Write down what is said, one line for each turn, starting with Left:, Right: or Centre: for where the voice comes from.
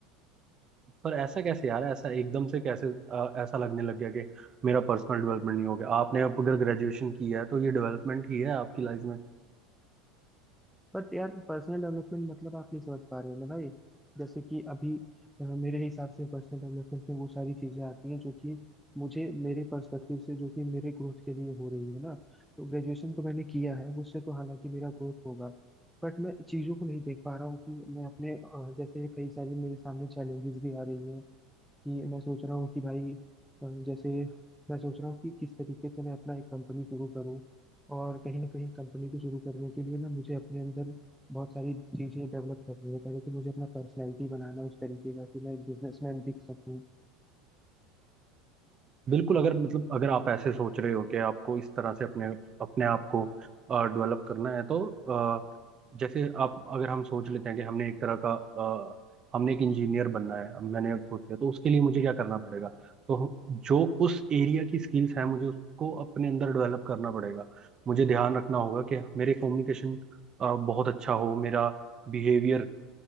Right: पर ऐसा कैसे यार ऐसा एकदम से कैसे अ, ऐसा लगने लग गया कि मेरा पर्सनल डेवलपमेंट नहीं हो गया आपने अब अगर ग्रेजुएशन किया है तो ये डेवलपमेंट ही है आपकी लाइफ
Centre: बट यार पर्सनल डेवलपमेंट मतलब आप नहीं समझ पा रहे हो ना भाई जैसे कि अभी अ, मेरे हिसाब से पर्सनल डेवलपमेंट में वो सारी चीजें आती हैं जो कि मुझे मेरे पर्सपेक्टिव से जो कि मेरे ग्रोथ के लिए हो रही है ना तो ग्रेजुएशन तो मैंने किया है उससे तो हालांकि मेरा ग्रोथ होगा बट मैं चीजों को नहीं देख पा रहा हूँ कि मैं अपने अ, जैसे कई सारी मेरे सामने चैलेंजेस भी आ रही हैं कि मैं सोच रहा हूँ कि भाई अ, जैसे मैं सोच रहा हूँ कि किस तरीके से मैं अपना एक कंपनी शुरू करूँ और कहीं ना कहीं कंपनी को शुरू करने के लिए ना मुझे अपने अंदर बहुत सारी चीजें डेवलप करनी है पहले तो मुझे अपना पर्सनैलिटी बनाना है उस तरीके का कि मैं एक बिजनेसमैन दिख सकूँ
Right: बिल्कुल अगर मतलब अगर आप ऐसे सोच रहे हो कि आपको इस तरह से अपने अपने आप को डेवलप करना है तो अ, जैसे आप अगर हम सोच लेते हैं कि हमने एक तरह का अ, हमने एक इंजीनियर बनना है अब मैंने खुद किया तो उसके लिए मुझे क्या करना पड़ेगा तो जो उस एरिया की स्किल्स हैं मुझे उसको अपने अंदर डेवलप करना पड़ेगा मुझे ध्यान रखना होगा कि मेरे कम्युनिकेशन बहुत अच्छा हो मेरा बिहेवियर